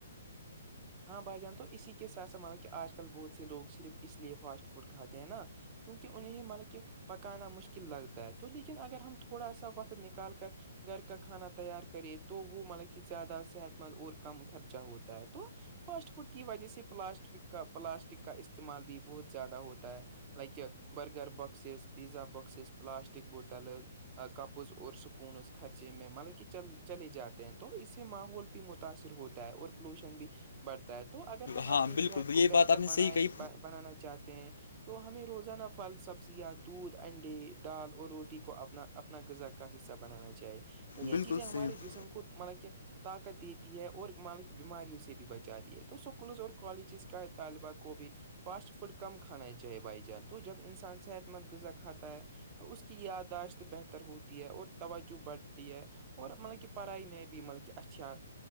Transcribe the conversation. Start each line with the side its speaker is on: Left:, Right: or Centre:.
Right: ہاں بھائی جان تو اسی کے ساتھ س مطلب کہ آج کل بہت سے لوگ صرف اس لیے فاسٹ فوڈ کھاتے ہیں نا کیونکہ انہ ہی مطلب کہ پکانا مشکل لگتا ہے تو لیکن اگر ہم تھوڑا سا وقت نکال کر گھر کا کھانا تیار کرے تو وہ مطلب کہ زیادہ صحت مند اور کم خرچہ ہوتا ہے تو فاسٹ فوڈ کی وجہ سے پلاسٹک کا پلاسٹک کا استعمال بھی بہت زیادہ ہوتا ہے like burger boxes pizza boxes plastic bottles cups اور سکون اس خرچے میں مطلب کہل چلے جاتے ہیں تو اس سے ماحول متاثر ہوتا ہے اور پولوشن بھی بڑھتا ہے تو اگر ہم
Left: ہاں
Right: اپنی
Left: بالکل
Right: صحت
Left: یہ
Right: کو
Left: بات
Right: بہتر
Left: آپ نے
Right: بنائے
Left: صحیح کہی
Right: بنانا چاہتے ہیں تو ہمیں روزانہ پھل سبزیاں دودھ انڈے دال اور روٹی کو اپنا اپنا غذا کا حصہ بنانا جائے تو یہ
Left: بالکل
Right: چیزیں ہمارے
Left: صحیح
Right: جسم کو مطلب کہ طاقت دیتی ہے اور مطلب بیماریوں سے بھی بچات دی ہے تو اسکولز اور کالجز کا طالبہ کو بھی فاسٹ فوڈ کم کھانا ہی چاہے بائی جان تو جب انسان صحت مند غذا کھاتا ہے تو اس کی یادداشت بہتر ہوتی ہے اور توجہ بڑھتی ہے اور مطلب کہ پڑھائی میں بھی مطلب کہ اچھا